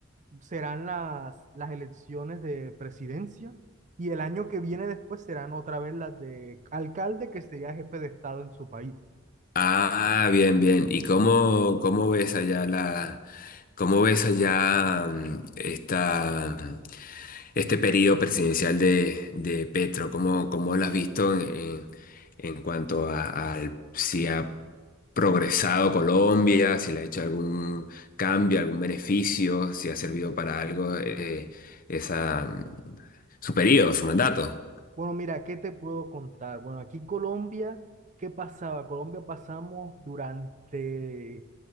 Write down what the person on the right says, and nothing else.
serán las, las elecciones de presidencia y el año que viene después serán otra vez las de alcalde, que sería jefe de Estado en su país.
Bueno, mira, ¿qué te puedo contar? Bueno, aquí Colombia, ¿qué pasaba? Colombia pasamos durante